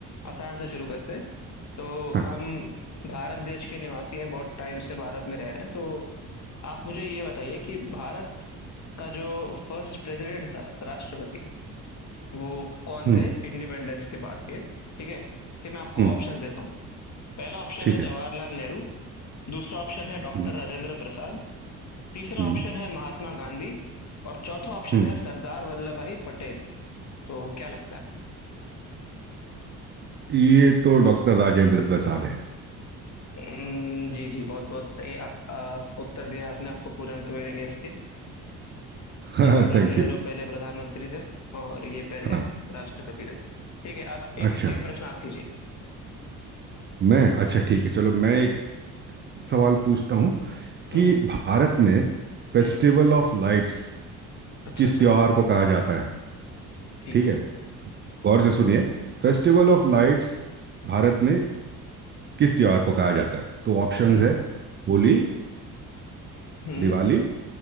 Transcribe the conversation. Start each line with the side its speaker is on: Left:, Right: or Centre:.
Left: आसान से शुरू करते हैं तो
Right: हाँ
Left: हम भारत देश के निवासी हैं बहुत टाइम से भारत में रह रहे हैं तो आप मुझे ये बताइए कि भारत का जो फर्स्ट प्रेसिडेंट था राष्ट्रपति वो कौन
Right: हम्म
Left: थे इंडिपेंडेंस के बाद के ठीक है इसके मैं आपको
Right: हम्म
Left: ऑप्शंस देता हूँ पहला ऑप्शन
Right: ठीक
Left: है
Right: है
Left: जवाहरलाल नेहरू दूसरा ऑप्शन है डॉक्टर
Right: हम्म
Left: राजेंद्र प्रसाद तीसरा
Right: हम्म
Left: ऑप्शन है महात्मा गांधी और चौथा ऑप्शन
Right: हम्म
Left: है सरदार वल्लभ भाई पटेल तो क्या लगता है
Right: ये तो डॉक्टर राजेंद्र प्रसाद है
Left: हम्म, जी जी बहुत बहुत सही आप, आ, उत्तर दिया आपने आपको पूरे अंक मिलेंगे इसके
Right: हाँ
Left: जवाहरलाल
Right: थैंक
Left: नेहरू
Right: यू
Left: पहले प्रधानमंत्री थे और ये पहले
Right: हाँ
Left: राष्ट्रपति थे ठीक है आप एक
Right: अच्छा
Left: एक प्रश्न आप कीजिए
Right: मैं अच्छा ठीक है चलो मैं एक सवाल पूछता हूँ कि
Left: हम्म हम्म
Right: भारत में फेस्टिवल
Left: हम्म,
Right: ऑफ लाइट्स
Left: अच्छा
Right: किस
Left: अच्छा
Right: त्योहार को कहा जाता है
Left: ठीक
Right: ठीक
Left: है
Right: है गौर से सुनिए फेस्टिवल ऑफ लाइट्स भारत में किस त्योहार को कहा जाता है तो ऑप्शंस
Left: हम्म
Right: है होली
Left: हम्म
Right: दिवाली